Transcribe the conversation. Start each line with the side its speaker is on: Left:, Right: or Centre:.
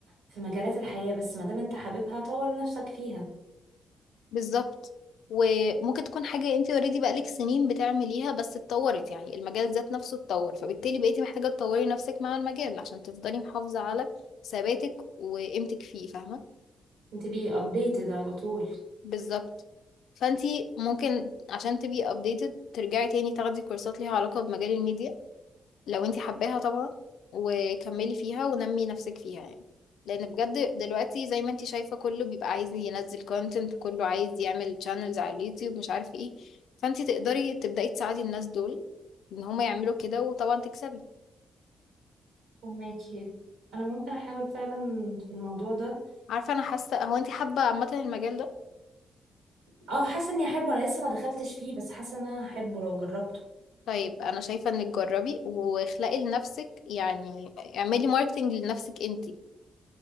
Right: في مجالات الحياة بس ما دام انت حاببها طور نفسك فيها
Left: بالظبط وممكن تكون حاجة انت اوريدي بقالك سنين بتعمليها بس اتطورت يعني المجال ذات نفسه اتطور فبالتالي بقيتي محتاجة تطوري نفسك مع المجال عشان تفضلي محافظة على ثباتك وقيمتك فيه فاهمة
Right: وتبقي updated على طول
Left: بالظبط فانتي ممكن عشان تبقي updated ترجعي تاني تاخدي كورسات ليها علاقة بمجال الميديا لو انتي حباها طبعا وكملي فيها ونمي نفسك فيها يعني لان بجد دلوقتي زي ما انتي شايفة كله بيبقى عايز ينزل content كله عايز يعمل channels على اليوتيوب مش عارف ايه فانتي تقدري تبدأي تساعدي الناس دول ان هما يعملوا كده وطبعا تكسبي
Right: فهماكي انا ممكن احاول فعلا في الموضوع ده
Left: عارفة انا حاسة هو انتي حابة عامة المجال ده
Right: اه حاسه اني احبه انا لسه ما دخلتش فيه بس حاسه ان انا احبه لو جربته
Left: طيب انا شايفة انك جربي واخلقي لنفسك يعني اعملي ماركتنج لنفسك انتي